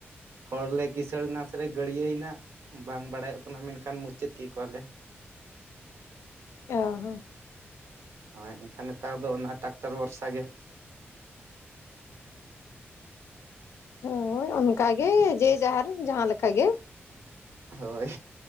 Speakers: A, on the right; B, on the left.
A: ᱦᱚᱲᱞᱮ ᱠᱤᱥᱟᱹᱲ ᱮᱱᱟ ᱥᱮᱞᱮ ᱜᱟᱹᱲᱭᱟᱹᱭᱮᱱᱟ ᱵᱟᱝ ᱵᱟᱲᱟᱭᱚᱜ ᱠᱟᱱᱟ ᱢᱮᱱᱠᱷᱟᱱ ᱢᱩᱪᱟᱹᱫ ᱠᱮᱫ ᱠᱚᱣᱟᱞᱮ
B: ᱚ ᱦᱚᱸ
A: ᱦᱳᱭ ᱮᱱᱠᱷᱟᱱ ᱱᱮᱛᱟᱨ ᱫᱚ ᱚᱱᱟ ᱴᱟᱠᱴᱟᱨ ᱵᱷᱚᱨᱥᱟ ᱜᱮ
B: ᱦᱳᱭ ᱚᱱᱠᱟ ᱜᱮ ᱡᱮ ᱡᱟᱦᱟᱨ ᱡᱟᱦᱟᱸ ᱞᱮᱠᱟ ᱜᱮ
A: ᱦᱳᱭ